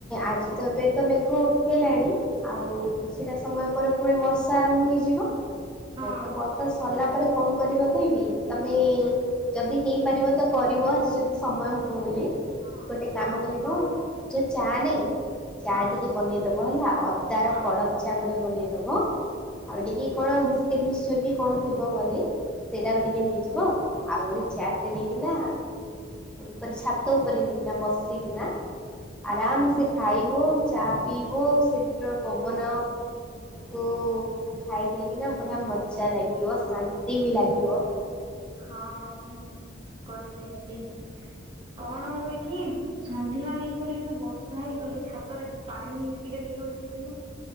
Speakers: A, in the centre; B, on the right.
A: ଆଜି ତ ଏବେ ତ ମେଘ ଉଠେଇଲାଣି। ଆଉ କିଛିଟା ସମୟ ପରେ ପୁଣି ବର୍ଷା ଆରମ୍ଭ ହେଇଯିବ।
B: ହଁ
A: ଏ ତ ବର୍ଷା ସରଲା ପରେ କଣ କରିବା କହିବି ତମେ
B: ହଁ
A: ଯଦି ହେଇପାରିବ ତ କରିବ ଯଦି ସମୟ ହବ ବୋଲି।
B: ହଁ
A: ଗୋଟେ
B: ହଁ
A: କାମ କରିବ ଯେ ଚା ନାଇଁ ଚା
B: ହଁ ହଁ
A: ଟିକେ ବନେଇ ଦବ ହେଲା ଅ ତାର
B: ହଁ
A: କଡ଼କ ଚା ଗୋଟେ ବନେଇଦବ
B: ହଁ
A: ଆଉ ଟିକେ କଣ ବିସ୍କିଟ୍ ମିକ୍ସଚର୍ କି କଣ ଥିବ ବୋଲି ସେଇଟାକୁ
B: ହୁଁ
A: ଟିକେ ନେଇଯିବ। ଆଉ ଗୋଟେ ଚାଟ ଟେ ନେଇକି ନା କହିଲି ଛାତ ଉପରେ ନେଇକିନା ବସିକିନା
B: ହଁ
A: ଆରାମ ସେ ଖାଇବ ଚା ପିଇବ ସେଥିର ପବନ କୁ ଖାଇଦେଲେ ନା ବଢିଆ ମଜା ଲାଗିବ ଶାନ୍ତି ବି ଲାଗିବ।
B: ହଁ ମୁଁ କରିବି ଆଜି। କଣ ହୁଏ କି ସନ୍ଧ୍ୟା ହେଇଗଲେ ଯୋଉ ବର୍ଷା ହେଇଗଲେ ଛାତରେ ପାଣି ଟିକେ ଟିକେ ରହିଯାଇଥିବ।